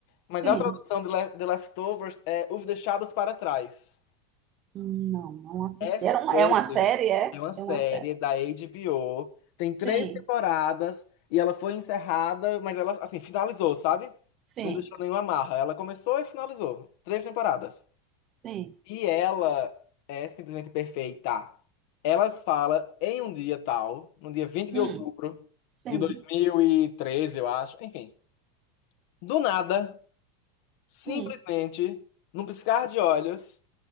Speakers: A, on the left; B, on the right.
A: Mas
B: Sim.
A: a tradução de Le- The Leftovers é Os Deixados para Trás.
B: Hum, Não, não assisti.
A: É sobre.
B: Era um- é uma série, é?
A: É uma série
B: É uma série.
A: da HBO. Tem três
B: Sim,
A: temporadas. E ela foi encerrada, mas ela, assim, finalizou, sabe?
B: sim,
A: Não deixou nenhuma amarra. Ela começou e finalizou. Três temporadas.
B: sim.
A: E ela é simplesmente perfeita. Ela fala em um dia tal, no dia vinte de
B: Hum,
A: outubro
B: sim.
A: de dois mil e treze, eu acho. Enfim, do nada, simplesmente,
B: Hum.
A: num piscar de olhos,